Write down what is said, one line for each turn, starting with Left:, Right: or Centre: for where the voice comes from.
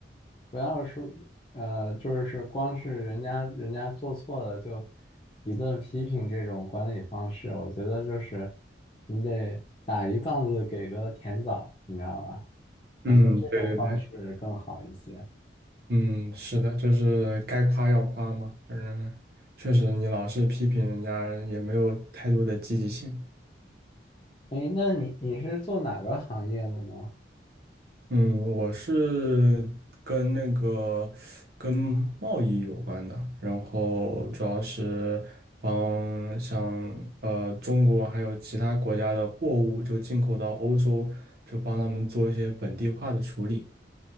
Left: 不要说，呃，就是光是人家人家做错了就一顿批评这种管理方式，我觉得就是你得打一棒子给个甜枣，你知道吧？我觉得这种方式更好一些。
Right: 嗯，对对对，嗯，是的，就是该夸要夸嘛，嗯，确实你老是批评人家也没有太多的积极性。
Left: 哎，那你你是做哪个行业的呢？
Right: 嗯，我是跟那个跟贸易有关的，然后主要是帮像呃中国还有其他国家的货物就进口到欧洲，就帮他们做一些本地化的处理。